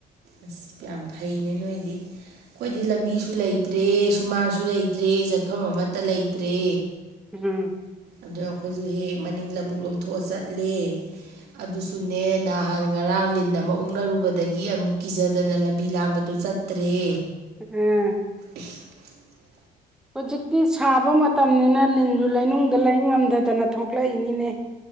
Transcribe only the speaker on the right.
ꯑꯁ ꯌꯥꯝ ꯐꯩꯅꯦ ꯅꯣꯏꯗꯤ ꯑꯩꯈꯣꯏꯗꯤ ꯂꯝꯕꯤꯁꯨ ꯂꯩꯇ꯭ꯔꯦ ꯁꯨꯃꯥꯡꯁꯨ ꯂꯩꯇ꯭ꯔꯦ ꯆꯠꯐꯝ ꯑꯃꯠꯇ ꯂꯩꯇ꯭ꯔꯦ
ꯑꯗꯨꯅ ꯑꯩꯈꯣꯏꯁꯨ ꯍꯦꯛ ꯃꯅꯤꯡ ꯂꯧꯕꯕꯨꯛ ꯂꯣꯝꯊꯣꯛꯑ ꯆꯠꯂꯦ ꯑꯗꯨꯁꯨꯅꯦ ꯅꯍꯥꯟ ꯉꯔꯥꯡ ꯂꯤꯟ ꯑꯃ ꯑꯣꯛꯅꯔꯨꯕꯗꯒꯤ ꯑꯃꯨꯛ ꯀꯤꯖꯗꯅ ꯂꯝꯕꯤ ꯂꯥꯟꯕꯗꯨ ꯆꯠꯇ꯭ꯔꯦ
<inaudible>